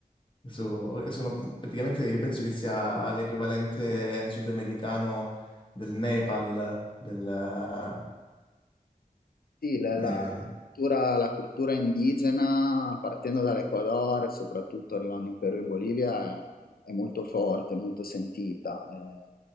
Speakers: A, on the left; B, on the left.
A: So- sono praticamente, io penso che sia l'equivalente sudamericano del Nepal, del,
B: Sì, la, la
A: eh,
B: cultura, la cultura indigena, partendo dall'Ecuador, soprattutto arrivando in Perù e in Bolivia, è, è molto forte, molto sentita. Eh,